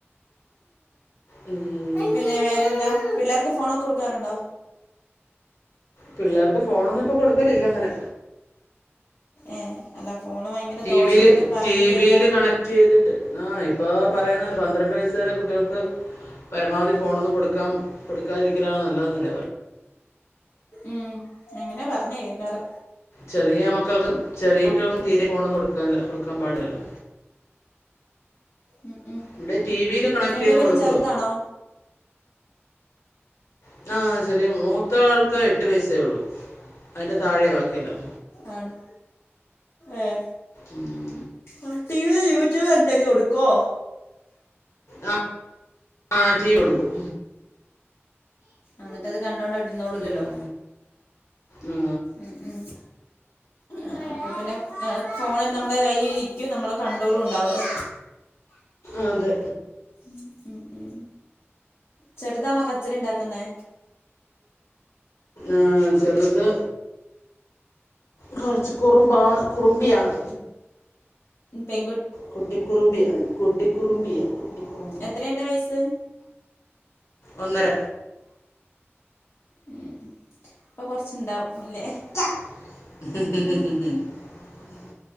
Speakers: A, on the left (about 80°); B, on the left (about 65°).
A: ഉം
B: പിന്നെ വേറെന്താ? പിള്ളേർക്ക് ഫോണൊക്കെ കൊടുക്കാറുണ്ടോ?
A: പിള്ളേർക്ക് ഫോണൊന്നും ഇപ്പൊ കൊടുക്കലില്ല അങ്ങനെ
B: ഏഹ് അല്ല ഫോണ് ഭയങ്കര
A: ടി.
B: ദോഷന്നൊക്കെ
A: വി. യില്,
B: പറഞ്ഞ്
A: ടി.
B: കേക്കാൻ
A: വി. യില് കണക്റ്റ് ചെയ്തിട്ട് ആഹ് ഇപ്പൊ പറയുന്നല്ലോ പന്ത്രണ്ട് വയസ്സ് വരെ കുട്ടികൾക്ക് പരമാവധി ഫോണൊന്നും കൊടുക്കാം കൊടുക്കാതിരിക്കാലാണ് നല്ലതന്നല്ലേ പറയുന്നെ
B: ഉം അങ്ങനാ പറഞ്ഞ് കേക്കാറ്
A: ചെറിയ മക്കൾക്ക് ചെറിയ കുട്ടികൾക്കും തീരെ ഫോണൊന്നും കൊടു കൊടുക്കാൻ പാടില്ലല്ലോ
B: ഉം ഉം
A: ഇവിടെ ടി. വി. യില് കണക്റ്റ്
B: രണ്ടു
A: ചെയ്ത്
B: പേരും
A: കൊടുക്കുവ
B: ചെറുതാണോ
A: ങ്ങാഹ് ചെറിയ മ മൂത്താൾക്ക് എട്ട് വയസ്സേയൊള്ളു അതിന്റെ താഴെ ബാക്കിയെല്ലാം
B: ആഹ് ഏഹേ
A: ഉം
B: ആഹ് ടി വി. യില് യൂട്യൂബ് എന്തെങ്കിലും എടുക്കുവോ?
A: ആഹ് ആഹ് ടി. വി കൊടുക്കും
B: അന്നിട്ട് അത് കണ്ടോണ്ട് അവിടെ ഇരുന്നോളൂലല്ലോ
A: ഉം. ആ,
B: ഉം ഉം ആഹ് അപ്പൊ പിന്നെ ഫോൺ നമ്മളെ കയ്യിലിരിക്കും നമ്മളെ കണ്ട്രോളും ഉണ്ടാവുവല്ലോ
A: അതെ
B: ഉം ഉം ഉം ചെറുതാണോ കച്ചറയിണ്ടാക്കുന്നേ?
A: ആഹ് ചെറുത് കൊറച്ച് കുറുമ്പാണ് കുറുമ്പിയാണ്
B: പെ
A: കുട്ടി കുറുമ്പിയ കുട്ടി കുറുമ്പിയ കുട്ടി കുറുമ്പി
B: എത്രയുണ്ട് വയസ്സ്
A: ഒന്നര
B: ഉ ഇപ്പൊ കുറച്ച്ണ്ടാവുംല്ലേ
A: ഉ ഉ